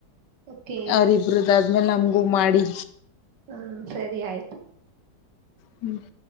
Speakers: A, on the right (about 85°); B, on the left (about 80°).
A: ಓಕೆ
B: ಅವರಿಬ್ರುದಾ ದ್ಮೇಲೆ ನಮಗೂ ಮಾಡಿ
A: ಹ್ಮ್ ಸರಿ ಆಯ್ತು.
B: ಹ್ಮ್